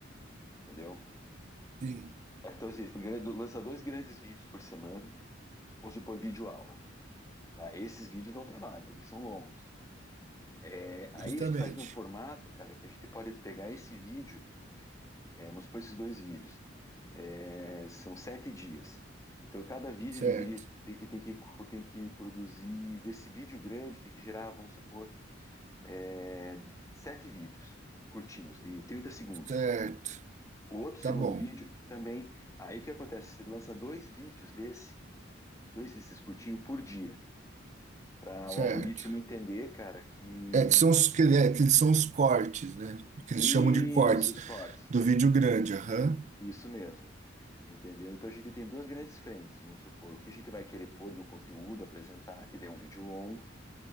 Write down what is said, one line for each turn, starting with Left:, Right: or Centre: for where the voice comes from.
Left: entendeu?
Right: Sim,
Left: Então, assim, lança dois grandes vídeos por semana, ou supor vídeo aula. Tá? Esses vídeos dão trabalho, porque são longos. É, aí
Right: justamente.
Left: a gente faz num formato, cara, que a gente pode pegar esse vídeo, é, vamos supor esses dois vídeos, é, são sete dias. Então cada vídeo
Right: Certo,
Left: deveria tem que, tem que, tem que produzir, desse vídeo grande, tem que gerar, vamos supor, é, sete vídeos curtinhos, de 30 segundos.
Right: certo.
Left: O outro
Right: Tá
Left: segundo
Right: bom,
Left: vídeo também, aí o que acontece? Você lança dois vídeos desse, dois desses curtinhos por dia, para
Right: certo.
Left: o algoritmo entender, cara, que.
Right: É que são os, que, é, que são os cortes, né? Que eles
Left: Isso,
Right: chamam de cortes
Left: os cortes.
Right: do vídeo grande. Aham,
Left: Isso mesmo, entendeu? Então a gente tem duas grandes frentes, vamos supor, o que a gente vai querer pôr no conteúdo, apresentar, que daí é um vídeo longo.